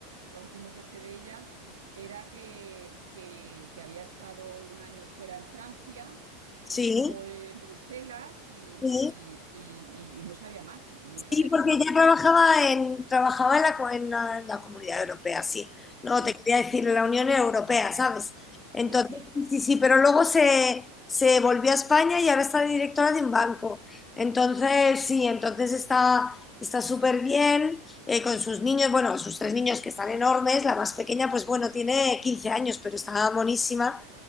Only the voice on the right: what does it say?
lo último que sé de ella era que, que, que había estado un año fuera en Francia y
luego en Bruselas y,
y- y- y- y no sabía más, no
sabía
qué era
de su
vida.
Sí,
sí, sí.